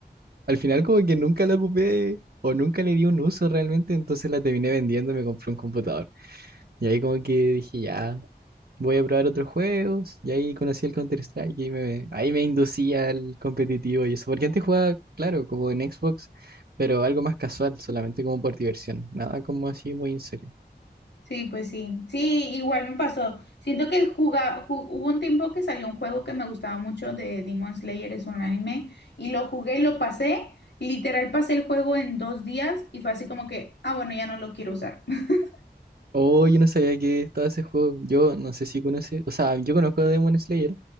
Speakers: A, on the right; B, on the left.
A: al final como que nunca la ocupé o nunca le di un uso realmente, entonces la terminé vendiendo y me compré un computador. Y ahí como que dije, ya, voy a probar otros juegos, y ahí conocí el Counter-Strike y me, ahí me inducía al competitivo y eso, porque antes jugaba, claro, como en Xbox, pero algo más casual, solamente como por diversión, nada como así muy en serio.
B: Sí, pues sí. Sí, igual me pasó. Siento que juga- ju- hubo un tiempo que salió un juego que me gustaba mucho de Demon Slayer, es un anime, y lo jugué, lo pasé, literal pasé el juego en dos días y fue así como que, ah, bueno, ya no lo quiero usar. <laughs>
A: Oh, yo no sabía que estaba ese juego. Yo no sé si conoce, o sea, yo conozco a Demon Slayer,